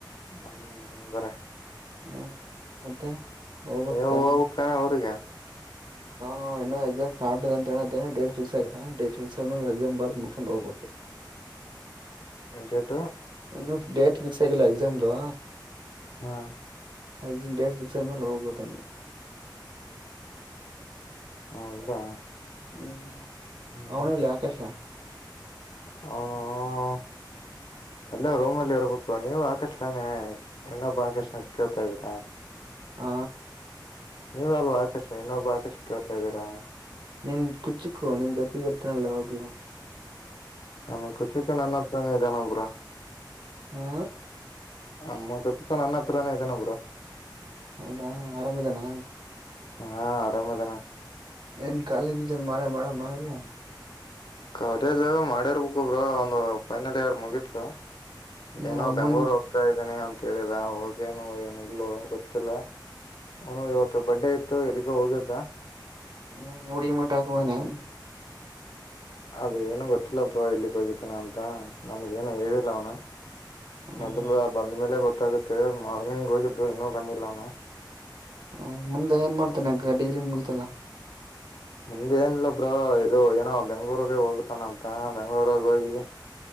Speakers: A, on the left; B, on the right.
A: ಹ್ ಹೂ ಬೇರೆ
B: ಹ ಮತ್ತೆ ಹೋಗ್ಬೇಕ
A: ಹೋಗ್ಬೇಕ್
B: ಕಾಲೇಜ್
A: ತಾನೆ ಊರ್ಗೆ
B: ಹ ಇನ್ನು ಎಕ್ಸಾಮ್ ಸ್ಟಾರ್ ಇ ಅಂತ ಹೇಳಿದ ೇಟ್ ಫಿಕ್ಸ್ ಆಗ ಡೇ ಫಿಕ್ಸ್ ಆದ ಎಕ್ಸಾಮ್ ಬರ್ ಮುಕೊಂಡ ಹೋಗ್ಬಬೇಕು
A: <unintelligible>
B: ಇನ್ನು ಡೇಟ್ ಫಿಕ್ಸ್ ಆಗಿಲ್ಲ ಎಕ್ಸಾಮದು.
A: ಹಾ
B: ಮ್ಯಕ್ಸಿನ್ ಡೇಟ್ ಬಿಕ್ಸ್ ಆದ ಮೇಲೆ ಹೋಗ್ಬೇಕಂದ. <unintelligible>
A: ಹೌದಾ
B: ಹ್ಮ್
A: ಹ್ಮ್
B: ಅವನೆಲ್ಲಿ ಆಕಾಶ
A: ಹೂ
B: <inaudible>
A: ಎಲ್ಲ ರೂಮ್ ಅಲ್ಲಿ ಇರ್ಬೇಕು ನೀವು ಆಕಾಶ್ ತಾನೆ ಇನ್ನೊಬ್ಬ ಆಕಾಶ್ ಕೇಳ್ತಾ ಇದ್ದೀರಾ
B: ಆ
A: ನೀವ ಅಲ್ವಾ ಆಕಾಶ ಇನ್ನೊಬ್ಬ ಆಕಾಶ ಕೇಳ್ತಾ ಇದ್ದೀರಾ
B: ನೀನ್ ಕುಚಿಕ್ಕ ನೀನ್ ಕಟ್ಟಿಕತೆನಲ್ಲ ಹೋಗಲಾ
A: ನಮ್ಮ ಕುಚಿಕ್ಕ ನನ್ನತ್ರ ನೆ ಇದಾನೆ ಬ್ರೋ
B: ಹಾ
A: ನಮ್ಮ ಕುಚಿಕು ನನ್ನ ಹತ್ರಾನೇ ಇದ್ದಾನೆ ಬ್ರೋ
B: ಹೌದಾ ಆರಾಮದಾನ
A: ಹಾ ಆರಾಮದನ
B: ಏನ್ ಕಾಲಿಗ್ದನ್ ಮಳೆ ಮಾಡೋ ನ ಇಲ್ಲ
A: ಕಾಲೇಜ್ ಮಾಡಿರ್ಬೇಕಕ್ಬ್ರ ಒಂದು ಫೈನಲ್ ಇಯರ್ ಮುಗಿದ
B: ಹ್ಮ
A: ಏನೋ ಬೆಂಗಳೂರ್
B: ಮುನ್
A: ಹೋಗ್ತಾ ಇದ್ದೀನಿ ಅಂತ ಹೇಳಿದ ಹೋಗ್ೇನು ಏನ ಇಲ್ಲ ಗೊತ್ತಿಲ್ಲ ಅವನು ಇವತ್ತು ಬಡ್ಡೇ ಇತ್ತು ಎಲ್ಲಿಗೂ ಹೋಗಿದ್ದ
B: ಹ್ಮ ಎಡಿಯ ಮಟಾಕವಣೆ
A: ಅದು ಏನು ಗೊತ್ತಿಲ್ಲ ಬ್ರೋ ಎಲ್ಲಿಕ್ಕ ಹೋಗಿತೇನ ಅಂತ ನನ್ಗ ಏನು ಹೇಳಿಲ್ಲ ಅವ್ನ
B: ಹೌದಾ,
A: ಬಂದ್ ಬಂದ್ಮೇಲೆ ಗೊತ್ತಾಗುತ್ತೆ ಮಾರ್ನಿಂಗ್ ಹೋಗಿದ್ದು ಇನ್ನೂ ಬಂದಿಲ್ಲ ಅವನ
B: ಹ ಮುಂದೆ ಏನ್ ಮಾಡ್ತೇನೆ ಈಗ ಡಿಗ್ರಿ ಮುಗಿತಲ್ಲಾ
A: ಮುಂದೇನಿಲ್ಲೊಬ್ರ ಇದು ಏನೋ ಬೆಂಗ್ಳೂರ್ಗ ಹೋಗತಾನ ಅಂತ ಬೆಂಗ್ಳೂರ್ಾಗ ಹೋಗಿ